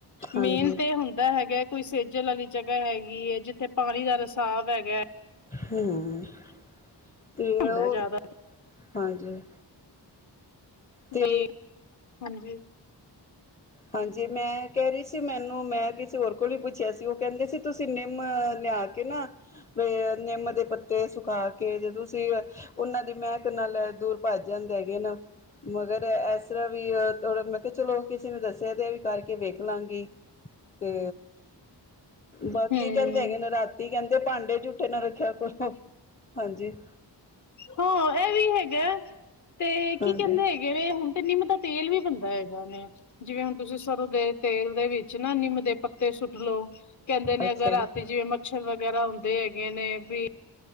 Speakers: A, on the left (about 20°); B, on the left (about 40°).
A: ਹਾਂਜੀ
B: ਮੇਨ ਤੇ ਇਹ ਹੁੰਦਾ ਹੈਗਾ ਕੋਈ ਸੇਜਲ ਵਾਲੀ ਜਗ੍ਹਾ ਹੈਗੀ ਐਂ, ਜਿੱਥੇ ਪਾਣੀ ਦਾ ਰਸਾਵ ਹੈਗਾ।
A: ਹਂ। ਤੇ
B: ਹੁੰਦਾ
A: ਉਹ
B: ਜ਼ਿਆਦਾ
A: ਹਾਂਜੀ। ਤੇ
B: ਬਈ ਹਾਂਜੀ
A: ਹਾਂਜੀ ਮੈਂ ਕਹਿ ਰਹੀ ਸੀ ਮੈਨੂੰ ਮੈਂ ਕਿਸੇ ਹੋਰ ਕੋਲ ਹੀ ਪੁੱਛਿਆ ਸੀ ਉਹ ਕਹਿੰਦੇ ਸੀ ਤੁਸੀਂ ਨਿਮੰ ਲਿਆ ਕੇ ਨਾ ਬ ਨਿੰਮ ਦੇ ਪੱਤੇ ਸੁਖਾ ਕੇ ਜੇ ਤੁਸੀਂ ਉਹਨਾਂ ਦੀ ਮਹਿਕ ਨਾਲ ਦੂਰ ਭੱਜ ਜਾਂਦੇ ਹੈਗੇ ਨਾ ਮਗਰ ਇਸ ਤਰ੍ਹਾਂ ਵੀ ਥੋੜਾ ਮੈਂ ਕਿਹਾ ਚਲੋ ਕਿਸੇ ਨੇ ਦੱਸਿਆ ਤੇ ਵੀ ਕਰਕੇ ਵੇਖ ਲਾਂਗੀ ਤੇ ਬਾਕੀ
B: ਹੂੰ,
A: ਕਹਿੰਦੇ ਹੈਗੇ ਨੇ ਰਾਤੀ ਕਹਿੰਦੇ ਭਾਂਡੇ ਝੂਠੇ ਨਾ ਰੱਖਿਆ ਕਰੋ। ਹਾਂਜੀ।
B: ਹਾਂ ਇਹ ਵੀ ਹੈਗਾ। ਤੇ
A: ਹਾਂਜੀ
B: ਕੀ ਕਹਿੰਦੇ ਹੈਗੇ ਵੀ ਹੁਣ ਤੇ ਨਿੰਮ ਦਾ ਤੇਲ ਵੀ ਬਣਦਾ ਹੈਗਾ ਵੇ ਜਿਵੇਂ ਹੁਣ ਤੁਸੀਂ ਸਰੋਂ ਦੇ ਤੇਲ ਦੇ ਵਿੱਚ ਨਾ ਨਿੰਮ ਦੇ ਪੱਤੇ ਸੁੱਟ ਲੋੋ, ਕਹਿੰਦੇ ਨੇ
A: ਅੱਛਾ
B: ਅਗਰ ਰਾਤੀ
A: ਜੀ
B: ਜਿਵੇਂ ਮੱਛਰ ਵਗੈਰਾ ਹੁੰਦੇ ਹੈਗੇ ਨੇ ਵੀ